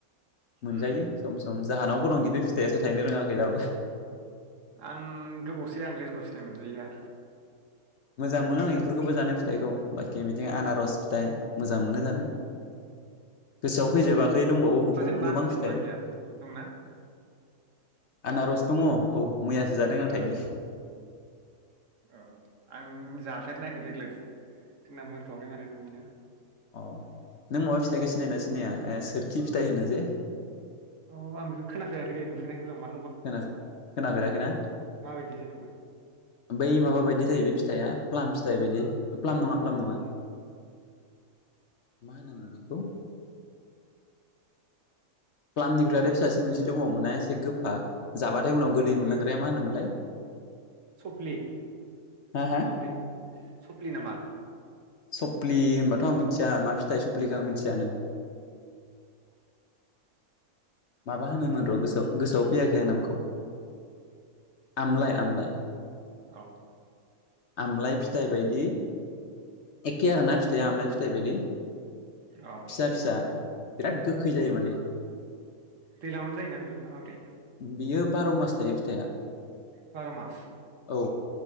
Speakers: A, on the right; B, on the left.
A: उम
B: मोनजायो सम सम जाहोनावबो दं खिन्थु फिथाइआसो थायनो रोङाखै दाबो।
A: आं गोबावसै आं लिंखर फिथाय मोनजायैया।
B: मोजां मोनो आं बेफोरखौबो जानो फि फिथाइखौ बाखि बिदिं आनारस
A: अ
B: फिथाइ मोजां मोनो जानो गोसोआव फैजोबाै फिथाइ दंबावो गुबुन
A: जेनेबा
B: गोबां
A: आनारस
B: फिथाइ
A: दंना गैया दंना
B: आनारस् दङ औ मैयासो जादों
A: ओ
B: आं थाइनै।
A: अ आं जाफेरनायाखै देग्लाय जोंना मोनथ'वाखै माने न'निया।
B: अ नों माबा फिथाइखौ सिनायना सिनाया ओ सोरखि फिथाइ होनो जे
A: अ आं बेखौ खोनाेराखै नुफेराखैबो मा
B: <unintelligible> खोनाफेराखैना
A: माबायदि जेनेबा
B: बै माबा बायदि जाहैबाय फिथया प्लाम फिथाइ बायदि प्लाम नङा प्लाम नङा मा होनोमोन बेखौ? प्लालामनिख्रुइ फिसासो मोनसे दङावमोन ना एसे गोफा जाबाथाय उनाव गोदै मोनलांग्राया मा होनोमोनलाय?
A: सफ्लि
B: हा हा
A: माब्रै सफ्लि नामा
B: सफ्लि होनबाथ' आं मिथिया मा फिथाइ सफ्लिखौ आं मिथियानो। माबा
A: बे
B: होनोमोन
A: नामा
B: र' गोसोआव गोसोआव फैयाखै आं नामखौ आमलाय आमलाय
A: अ
B: आमलाय
A: उम
B: फिथाइ बायदि एखे आरोना फिथाइया आमलाय फिथाइ बायदि
A: अ
B: फिसा फिसा बिराद गोखै जायो माने
A: दैलाङावनो जायोना बेबो माबोरै
B: बियो बार' मास थायो फिथाइआ
A: बार' मास
B: औ